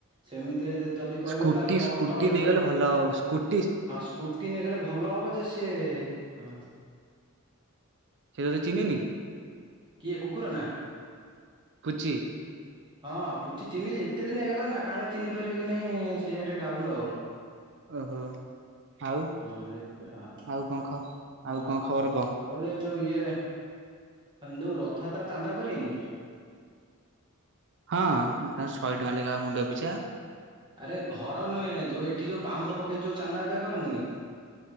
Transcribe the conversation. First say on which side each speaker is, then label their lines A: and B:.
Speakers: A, on the right; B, on the right.
A: ସେମିତିରେ ଯଦି କହିବ
B: ସ୍କୁଟି
A: ତାହେଲେ ତ
B: ସ୍କୁଟି
A: ଅଟୋ ନେଗଲେ
B: ନେଇଗଲେ ଭଲ ହବ ସ୍କୁଟି
A: ହଁ ସ୍କୁଟି ନେଇଗଲେ ଭଲ ହବ ଯେ ସିଏ ହଁ
B: ସିଏ ତତେ ଚିହ୍ନିିନିକି?
A: କିଏ କୁକୁର ନା?
B: ପୁଚି।
A: ହଁ ପୁଚି ଚିହ୍ନିଚିଏତେ ଦିନ ହେଇଗଲା ନା କାଳେ ଚହ୍ନି ପାରିବ କି ନାାଇଁ ସେଇଆା ଟିକେ ଡାଉଟ ଆଉ।
B: ଓହୋ ଆଉ
A: ହଁଏତେ ଆ
B: ଆଉ କଣ ଖ
A: ଆଉ
B: କଣ ଖବର କହ?
A: ଆଉ ଏ ଯୋଉ ଇଏ ଯୋଉ ରଥଯାତ୍ରା ଚାନ୍ଦା କରିବା ନି କି?
B: ହଁ ତାଙ୍କର ଶହେ ଟଙ୍କା ଲେଖା ମୁଣ୍ଡ ପିଛା।
A: ଆରେ ଘର ନୁହେଁ ଯୋଉ ଏଠି ଯୋଉ ବାଉଁଶ ପକେଇ ଯୋଉ ଚାନ୍ଦା ଆଦାୟ କରନ୍ତିନି?